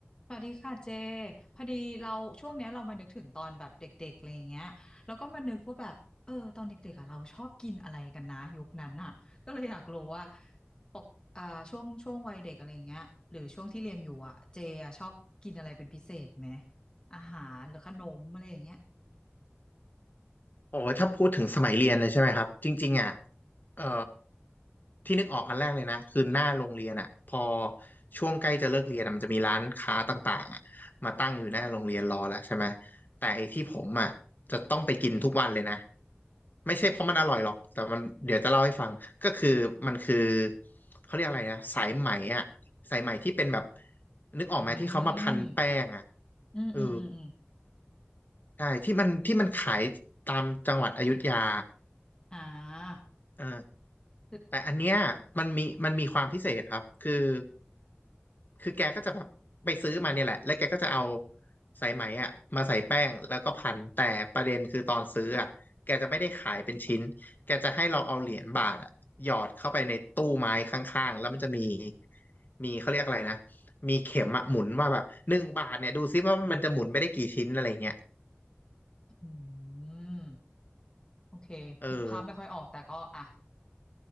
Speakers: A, on the left (about 20°); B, on the left (about 45°).
A: สวัสดีค่ะเจพอดีเราช่วงเนี้ยเรามานึกถึงตอนแบบเด็กๆอะไรอย่างเงี้ยแล้วก็มานึกว่าแบบเออตอนเด็กๆอ่ะเราชอบกินอะไรกันนะยุคนั้นอ่ะก็เลยอยากรู้ว่าปกอ่าช่วงช่วงวัยเด็กอะไรอย่างเงี้ยหรือช่วงที่เรียนอยู่อ่ะเจอ่ะชอบกินอะไรเป็นพิเศษไหมอาหารหรือขนมอะไรอย่างเงี้ย <laughs>
B: โอ้ยถ้าพูดถึงสมัยเรียนเลยใช่ไหมครับจริงๆอ่ะเอ่อที่นึกออกอันแรกเลยนะคือหน้าโรงเรียนอ่ะพอช่วงใกล้จะเลิกเรียนอะมันจะมีร้านค้าต่างๆอะมาตั้งอยู่หน้าโรงเรียนรอแล้วใช่ไหมแต่ไอ้ที่ผมอ่ะจะต้องไปกินทุกวันเลยนะไม่ใช่เพราะมันอร่อยหรอกแต่มันเดี๋ยวจะเล่าให้ฟังก็คือมันคือเขาเรียกอะไรนะสายไหมอ่ะสายไหมที่เป็นแบบนึกออกไหมที่เขามาพันแป้งอ่ะ
A: อืมอืมอืมอืมอืม
B: เออใช่ที่มันที่มันขายตามจังหวัดอยุธยา
A: อ่า
B: อ่า
A: คือ
B: แต่อันเนี้ยมันมีมันมีความพิเศษครับคือคือแกก็จะแบบไปซื้อมาเนี่ยแหละแล้วแกก็จะเอาสายไหมอ่ะมาใส่แป้งแล้วก็พันแต่ประเด็นคือตอนซื้ออ่ะแกจะไม่ได้ขายเป็นชิ้นแกจะให้เราเอาเหรียญบาทอ่ะหยอดเข้าไปในตู้ไม้ข้างๆแล้วมันจะมี
A: อ
B: มีเขาเรียกอะไรนะมีเข็มอ่ะหมุนว่าแบบหนึ่งบาทเนี่ยดูซิว่ามันจะหมุนไปได้กี่ชิ้นอะไรเงี้ย
A: ืมโอเคนึกภาพไม่ค่อยออกแต่ก็อ่ะ
B: เออ